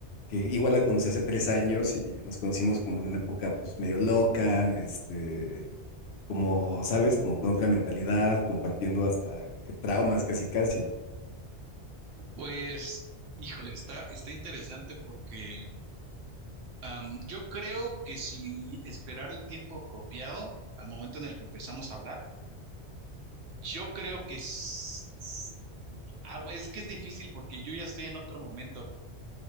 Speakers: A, on the left; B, on the right.
A: que igual la conocí hace tres años y nos conocimos como en una época pues medio loca, este como, ¿sabes? Como con otra mentalidad, compartiendo hasta que traumas casi casi.
B: Pues, híjole, está, está interesante porque Am, yo creo que si esperar el tiempo apropiado al momento en el que empezamos a hablar, yo creo que s- s- ah, güey, es que es difícil porque yo ya estoy en otro momento.